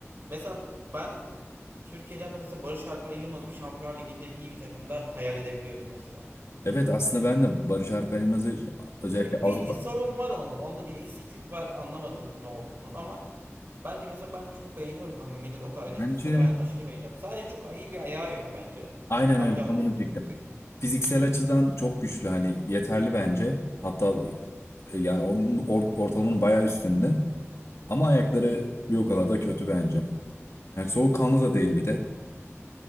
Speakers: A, on the right; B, on the left.
A: Mesela ben Türkiye'den de mesela Barış Alper Yılmaz'ı bir Şampiyonlar Ligi'nde iyi bir takımda hayal edebiliyorum mesela.
B: Evet aslında ben de Barış Alper Yılmaz'ı özellikle
A: Bir, bir,
B: Avrupa
A: bir, sorun var onda. Onda bir eksiklik var. Anlamadım ne olduğunu ama bence mesela ben çok beğeniyorum kanka. Millet o kadar eleştirse
B: bence
A: de ben aşırı beğeniyorum. Sadece çok iyi bir ayağı yok bence.
B: aynen
A: Ama
B: öyle
A: mücadelesi
B: tam onu
A: çok
B: diyecektim.
A: yüksek.
B: Fiziksel açıdan çok güçlü hani yeterli bence. Hatta e, yani onun or- ortalamanın bayağı üstünde. Ama ayakları bir o kadar da kötü bence. Yani soğukkanlı da değil bir de.